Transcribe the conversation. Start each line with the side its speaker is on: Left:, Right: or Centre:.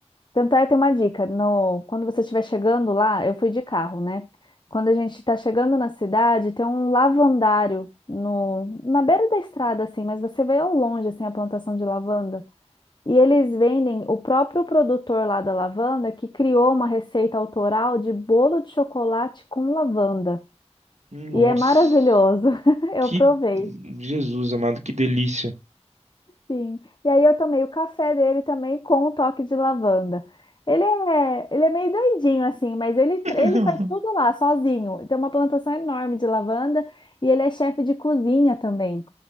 Left: Tanto é, tem uma dica. No, quando você estiver chegando lá, eu fui de carro, né? Quando a gente está chegando na cidade, tem um lavandário no, na beira da estrada, assim, mas você vê ao longe, assim, a plantação de lavanda. E eles vendem o próprio produtor lá da lavanda que criou uma receita autoral de bolo de chocolate com lavanda.
Right: Nossa,
Left: E é maravilhoso. <laughs> Eu
Right: que
Left: provei,
Right: Jesus amado, que delícia.
Left: sim. E aí eu tomei o café dele também com um toque de lavanda. Ele é, ele é meio doidinho assim, mas ele,
Right: <laughs>
Left: ele faz tudo lá sozinho. Tem uma plantação enorme de lavanda e ele é chefe de cozinha também.